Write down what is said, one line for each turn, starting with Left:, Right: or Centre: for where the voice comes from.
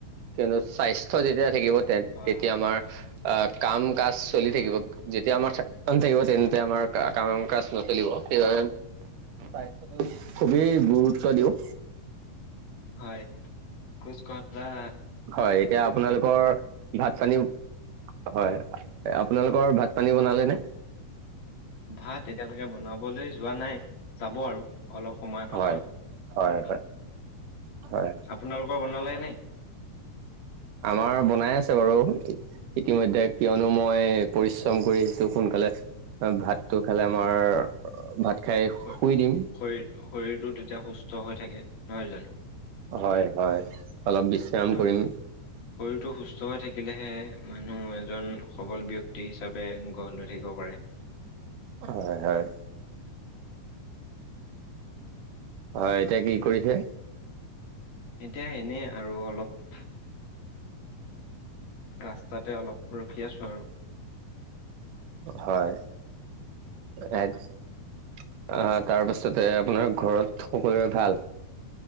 Right: কিয়নো স্বাস্থ্য যেতিয়া থাকিব তে
Left: হয়
Right: তেতিয়া
Left: হয়।
Right: আমাৰ। অ কাম কাজ চলি থাকিব যেতিয়া আমাৰ থাকিব তেন্তে আমাৰ কাম কাজ নচলিব। সেইব স্বাস্থ্যটো খুবেই গুৰুত্ব দিওঁ।
Left: হয় খোজ কৰা।
Right: হয় এতিয়া আপোনালোকৰ ভাত পানী হয়। আপোনালোকৰ ভাত পানী বনালে নে
Left: ভাত এতিয়ালৈকে বনাব। কৰলৈ যোৱা নাই যাব আৰু অলপ সময় পাছত।
Right: হয় হয় হয় হয়
Left: আপোনালোকৰ বনালেনে?
Right: আমাৰ বনাই আছে বাৰু ইতিমধ্যে কিয়নো মই পৰিশ্ৰম কৰি আহিছো সোনকালে। ভাতটো খালে আমাৰ ভাত। খাই
Left: শৰীৰ
Right: শুই দিম
Left: শৰীৰটো তেতিয়া সুস্থ হৈ থাকে নহয় জানো।
Right: হয় হয় অলপ বিশ্ৰাম
Left: শ শৰীৰটো
Right: কৰিম
Left: সুস্থ হৈ থাকিলেহে। মানুহ এজন সবল ব্যক্তি হিচাপে গঢ় লৈ থাকিব পাৰে।
Right: হয় হয়। হয় এতিয়া কি কৰিছে।
Left: এতিয়া এনে আৰু অলপ। ৰাস্তাতে অলপ ৰখি আছো আৰু।
Right: হয়। অহ তাৰ পাছতে আপোনাৰ ঘৰত সকলো ভাল।